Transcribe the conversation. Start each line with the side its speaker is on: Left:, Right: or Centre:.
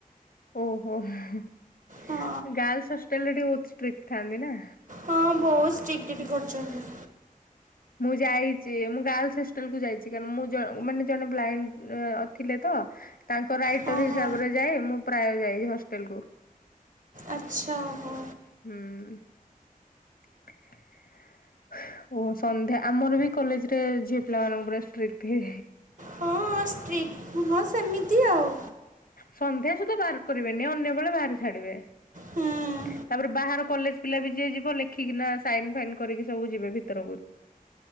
Left: ଓହୋ। ଗାର୍ଲସ୍
Right: ହଁ
Left: ହଷ୍ଟେଲ୍ ରେ ଟିକେ ବହୁତ ଷ୍ଟ୍ରିକ ଥାନ୍ତି ନାଁ?
Right: ହଁ ବୋହୁତ ଷ୍ଟ୍ରିକ୍ଟ ଏଠି କରୁଛନ୍ତି।
Left: ମୁଁ ଯାଇଛି ମୁଁ ଗାର୍ଲସ ହଷ୍ଟେଲ୍ କୁ ଯାଇଛି କାରଣ ମୁଁ ଜ ମାନେ ଜଣେ ବ୍ଲାଇଣ୍ଡ ଅ ଥିଲେ ତ। ତାଙ୍କ ରାଇଟର୍
Right: ଓହୋ
Left: ହିସାବରେ ଯାଏ ମୁଁ ପ୍ରାୟ ଯାଏ ହଷ୍ଟେଲ୍ କୁ।
Right: ଆଚ୍ଛା ହଁ।
Left: ହୁଁ। <inaudible> ଓ ସନ୍ଧ୍ୟା ଆମର ବି କଲେଜ ରେ ଝିଅ ପିଲାମାନଙ୍କୁ ପୁରା ଷ୍ଟ୍ରିକ୍ଟ ଲି।
Right: ହଁ ଷ୍ଟ୍ରିକ୍ ନୁହଁ ସେମିତି ଆଉ।
Left: ସନ୍ଧ୍ୟା ସୁଧା ବାହାର କରିବେନି ଅନ୍ୟ ବେଳେ ବାହାର ଛାଡିବେ
Right: ହୁଁ
Left: ତାପରେ ବାହାର କଲେଜ ପିଲା ବି ଯିଏ ଯିବ ଲେଖିକିନା ସାଇନ ଫାଇନ୍ କରିକି ସବୁ ଯିବେ ଭିତରକୁ।